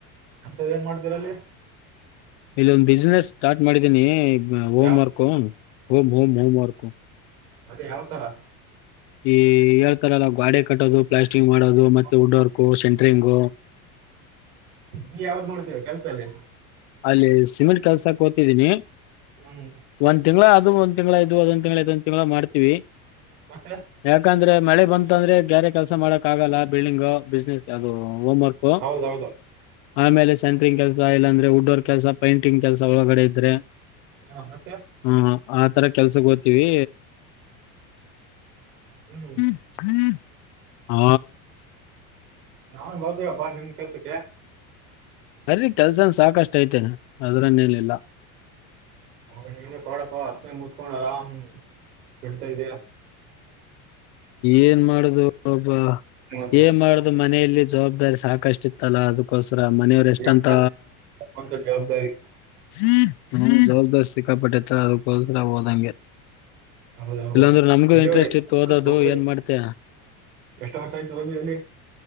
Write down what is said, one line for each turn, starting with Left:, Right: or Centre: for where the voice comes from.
Right: ಹಂತವ ಏನ್ ಮಾಡ್ತಿರ ಅಲ್ಲಿ.
Left: ಇಲ್ಲೊಂದ್ ಬಿಸ್ನೆಸ್ ಸ್ಟಾರ್ಟ್ ಮಾಡಿದೀನಿ. ಅ ಓಂ
Right: ಯಾವ
Left: ಮಾರ್ಕೊನ್. Home home home work.
Right: ಅದೇ ಯಾವ ತ್ತರಾ.
Left: ಈ ಎಳ್ತರಲ್ಲಾ ಗ್ವಾಡೆ ಕಟ್ಟೋದು ಪ್ಲಾಶ್. ಥಿಂಗ್‌ ಹೊಡೋದು ಮತ್ತೆ
Right: ಹ್ಮ್,
Left: ವುಡ್
Right: ಹ್ಮ್.
Left: ವರ್ಕು ಸೆನ್. ಟ್ರಿಂಘೊ.
Right: ನೀ ಯಾವ್ದ್ ನೋಡ್ತೀಯ ಕೆಲ್ಸಲ್ಲಿ.
Left: ಅಲ್ಲಿ ಸಿಮಿಂಟ್ ಕೆಲ್ಸಕ್ ಕೊತಿದ್ದೀನಿ.
Right: ಹ್ಮ್
Left: ಒಂನ್ ತಿಂಗಳಾ ಅದ್. ದು ಒಂದ್ ತಿಂಗಳಾ ಇದು ಅದು ಒಂದ ತಿಂಗಳಾ ಮಾಡ್ತೇವಿ.
Right: ಮತ್ತೆ
Left: ಯಾಕ ಅಂದ್ರೆ. ಮಳೆ ಬಂತ ಅಂದ್ರೆ ಗ್ಯಾರೆ ಕೆಲ್ಸ ಮಾಡಕ್ ಆಗಲ್ಲ ಬಿಲ್ಡಿಂಗೂ. ಬಿಸ್ನೆಸ್ ಅದು ಹೋಮ್ ವರ್ಕ್
Right: ಹೌದೌದು
Left: ಆಮೇಲೆ ಸೆಟ್ರಿಂಗ್ ಕೆಲಸ ಇಲ್ಲಂದ್ರೆ ಉಟ್ ಕೆಲಸ ಪೈಂಟಿಂಗ್ ಕೆಲಸ ಒಳಗಡೆ ಇದ್ರೆ.
Right: ಹಾ ಮತ್ತೆ
Left: ಹ ಆ ತರ ಕೆಲ್ಸಗೋಗ್ತೀವಿ.
Right: ಹ್ಮ್
Left: <inaudible> ಹಾ
Right: ನಾವೇನ್ ಬತ್ತಿವಪ್ಪ ನಿಮ್ ಕೆಲ್ಸಕ್ಕೆ.
Left: ಅಲ್ಲಿ ಕೆಲಸ ಐತೆ ಅದ್ರಲ್ಲೇನಿಲ್ಲ.
Right: ಹ <unintelligible> ಮುಚ್ಕೊಂಡ ಆರಾಮ ದುಡಿತಾ ಇದಿಯಾ.
Left: ಏನ್ ಮಾಡುದು ಒಬ್ಬ
Right: ಮಾತ್ರ.
Left: ಏನ್ ಮಾಡುದು ಮನೆಯಲ್ಲಿ. ಜವಾಬ್ದಾರಿ ಸಾಕಷ್ಟು ಇತ್ತಲ್ಲಾ ಅದಕೋಸ್ ಮನೆಯವ್ರ ಎಷ್ಟಂತ.
Right: ಏನ್ ಮಾಡ್ತಿ ಅಂತ ಜವಾಬ್ದಾರಿ
Left: ಹ್ಮ ಜವಾಬ್ದಾರಿ ಸಿಕ್ಕಾಪಟ್ಟತ್ತ ಅದಕ್ಕೋಸ್ಕರ ಹೋದಂಗೆ.
Right: ನಮ್ಮದು ನಮ್ಮದು.
Left: ಇಲ್ಲಾಂದ್ರೆ ನಮ್ಗೂ
Right: ಇಲ್ಲಿ
Left: ಇಂಟ್ರೆಸ್ಟ್ ಇತ್ತು ಓದದ್. ಅದು
Right: ಹೋಗಿ
Left: ಏನ್ ಮಾಡ್ತ್ಯ
Right: ಎಷ್ಟು ವರ್ಷ ಆಯ್ತು ಹೋಗಿ ಅಲ್ಲಿ